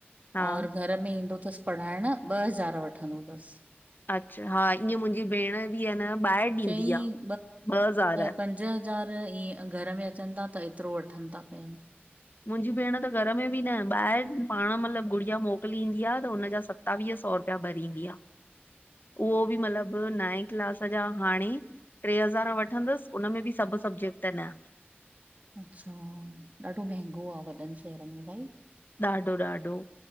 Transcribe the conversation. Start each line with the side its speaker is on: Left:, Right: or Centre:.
Left: हा
Right: और घर में ईंदो तसि पढ़ाइण, ॿ हज़ार वठंदो तसि।
Left: अच्छा, हा, ईअं मुंहिंजी भेण बि हे न ॿाहिरि
Right: चईं
Left: ॾींदी आ ॿ हज़ार।
Right: पंज ॿ हज़ार ईअं घर में अचनि था त एतिरो वठनि था पिया।
Left: मुंहिंजी भेण त घर में बि न ॿाहिरि पाण मतिलबु गुॾिया मोकिली ईंदी आहे त हुनजा सभु सतावीह सौ रुपया भरींदी आ। उहो बि मतिलबु नए क्लास जा हाणे टे हज़ार वठंदसि हुननि में बि सभु सब्जेक्ट न।
Right: अच्छा, ॾाढो महंगो आ वॾनि शहरनि में भाई।
Left: ॾाढो-ॾाढो।